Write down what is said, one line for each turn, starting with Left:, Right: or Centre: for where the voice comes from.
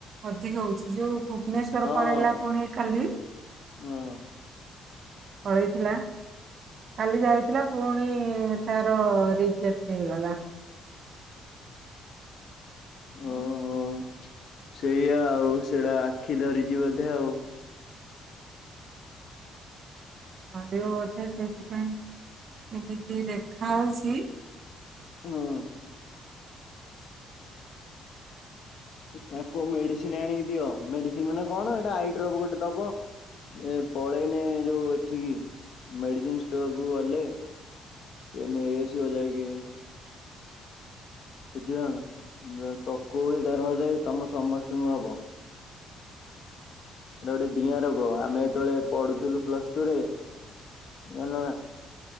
Right: ଅଧିକ ହଉଛି, ଯୋଉ ଭୁବନେଶ୍ଵର
Left: ହଁ
Right: ପଳେଇଲା ପୁଣି କାଲି
Left: ହଁ
Right: ପଳେଇଥିଲା, କାଲି ଯାଇଥିଲା। ପୁଣି ତାର ରିଜେକ୍ଟ ହେଇଗଲା।
Left: ଓହୋ, ସେଇଆ ଆଉ ସେଇଟା ଆଖି ଧରିଛି ବୋଧେ ଆଉ।
Right: ଧରିବ ବୋଧେ ସେଇଥିପାଇଁ ଏମିତି ଦେଖା ହଉଛି।
Left: ହଁ ଅଁ। ତାକୁ ମେଡିସିନ ଆଣିକି ଦିଅ ମେଡିସିନ ମାନେ କଣ ଏଟା ଆଇ ଡ୍ରପ ଗୋଟେ ଦବ। ଏ ପଳେଇନେ ଯୋଉ ଏଠିକି ମେଡିସିନ ଷ୍ଟୋର କୁ ଗଲେ। କିଏ ନେଇ ଆସିବ ଯାଇକି। ବୁଝିିଲଣା ପକୋଉ ହେଟା ନହେଲେ ତମ ସମସ୍ତଙ୍କୁ ହବ। ଏଟା ଗୋଟେ ଡିଆଁ ରୋଗ ଆମେ ଯେତେବେଳେ ପଢୁଥିଲୁ ପ୍ଲସ୍ଟୁରେ ଯାଇଁଲନା।